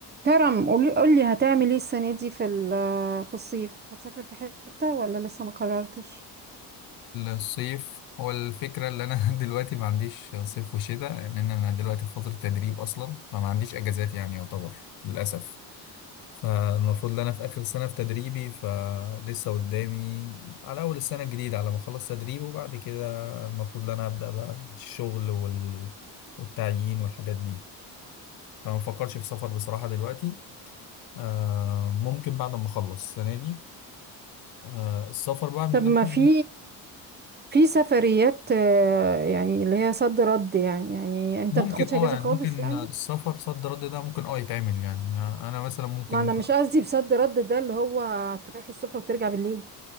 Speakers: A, on the right; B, on the left.
A: كرم قولي قولي هتعمل ايه السنة دي في ال- في الصيف هتسافر في حتة ولا لسه ما قررتش
B: الصيف هو الفكرة اللي أنا <laughs> دلوقتي ما عنديش صيف وشتاء لأن أنا دلوقتي في فترة تدريب أصلا فما عنديش أجازات يعني يعتبر للأسف فالمفروض إن أنا في آخر سنة في تدريبي فلسه قدامي على أول السنة الجديدة على ما أخلص تدريب وبعد كده المفروض إن أنا أبدأ بقى الشغل وال... والتعيين والحاجات دي فما بفكرش في سفر بصراحة دلوقتي آه، ممكن بعد ما أخلص السنة دي آه، السفر بقى من
A: طب
B: ناحية
A: ما في في سفريات آه، يعني اللي هي صد رد يعني يعني انت
B: ممكن
A: بتاخدش
B: اه
A: اجازه
B: يعني
A: خالص
B: ممكن
A: يعني
B: السفر صد رد ده ممكن اه يتعمل يعني ما- انا مثلا ممكن
A: ما انا مش قصدي بصد رد ده اللي هو تروح الصبح وترجع بالليل